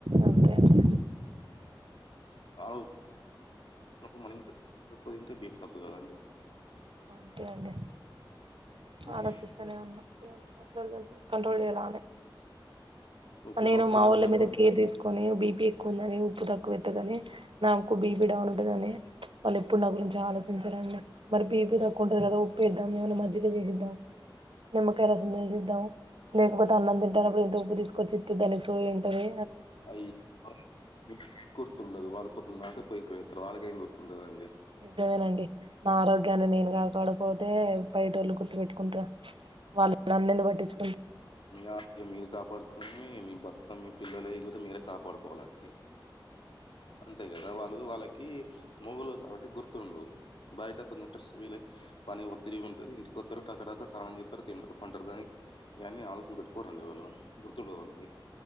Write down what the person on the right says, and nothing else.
అంతే అండి
అంతే అండి
ఆలోచిస్తూనే ఉన్నా అట్ల కంట్రోల్
చేయాలనే
నేను
మావళ్ళ
మీద కేర్ తీసుకుని బీపి ఎక్కువ ఉందని ఉప్పు తక్ కువా ఎత్తదని నాకు బీపిడౌన్ ఉంటదిని వాళ్ళు ఎప్పుడు నా గురించి ఆలో డి మరిబీపి తక్కువ ఉంటది కదా ఉప్పేద్దాం ఏమన్నా మజ్జిగ చేసిద్దాం నిమ్మకాయ రసం చేసిద్దామని లేకపోతే అన్నం తింటన్నప్పుడు ఇంత ఉప్పు తీసుకొచ్చిస్తే దానికి సోయ ఏంటవి
నిజమేనండి నా ఆరోగ్యాన్ని నేను కాపాడపోతే బైటోళ్ళు గుర్తు పెట్టుకుంటా వాళ్ళు నన్నెందుకు పట్టించు